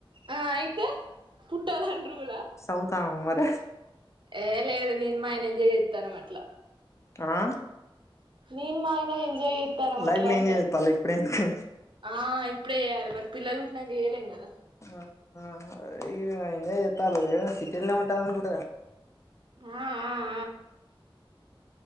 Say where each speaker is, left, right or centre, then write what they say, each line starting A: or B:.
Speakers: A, on the right; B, on the left.
A: ఆ అయితే పుట్టాలని రూల
B: చదువుతానవా మరి
A: ఏ లేదు నిేను మా ఆయన ఎంజాయ్ చెత్తనం అట్లా
B: ఆ
A: నేను మా ఆయన ఎంజాయ్ చేత్తనం
B: లైఫ్
A: అట్లా
B: ని
A: అంటన
B: ఎంజాయ్ చేస్తాల్లు ఇప్పుడే ఎందుకు
A: ఆ ఇప్పుడే చేయాలె మరి పిల్లళ్ళు పుట్టినంక చెయ్యలేం కదా
B: ఆ ఆ ఇ ఎంజోయ్ చెత్తళ్ళు ఏడ సిటీల్నే ఉంటళ్ళను కూడా గా
A: ఆ ఆ